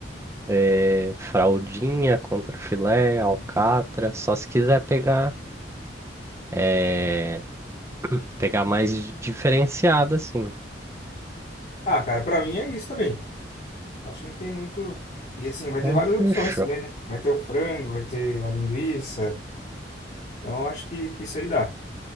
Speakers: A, on the right; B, on the left.
A: É, fraldinha, contrafilé, alcatra.
B: Uhum.
A: Só se quiser pegar... É, pegar mais di- diferenciada, assim.
B: Ah, cara, pra mim é isso também. Acho que não tem muito. E assim, vai
A: Então,
B: ter várias
A: fechou,
B: opções também, né? Vai ter o frango, vai ter a linguiça. Então, acho que, que isso aí dá.